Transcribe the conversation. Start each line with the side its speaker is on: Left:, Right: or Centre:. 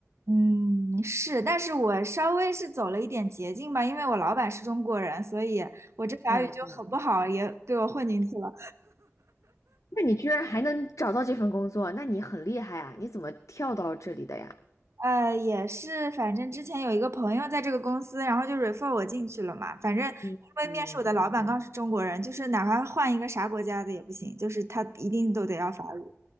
Right: 嗯，是，但是我稍微是走了一点捷径吧，因为我老板是中国人，所以我这法语就很不好，
Left: 嗯嗯，
Right: 也被我混进去了。
Left: 那你居然还能找到这份工作，那你很厉害啊！你怎么跳到这里的呀？
Right: 呃，也是，反正之前有一个朋友在这个公司，然后就 refer 我进去了嘛。反正因为面试我的老板刚是中国人，
Left: 嗯嗯嗯，
Right: 就是哪怕换一个啥国家的也不行，就是他一定都得要法语。